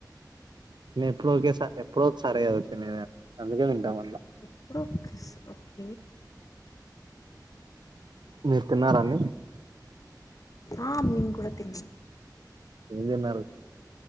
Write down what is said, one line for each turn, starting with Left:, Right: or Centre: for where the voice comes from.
Right: నేను ఎప్పుడో ఒకేస ఎప్పుడో ఒకేసారి కదా తినేది. అందుకే తింటామన్న
Left: ఇప్పుడు <unintelligible> ఓకే
Right: మీరు తిన్నారండి
Left: ఆ మేము కూడా తిన్నాం
Right: ఏం తిన్నారు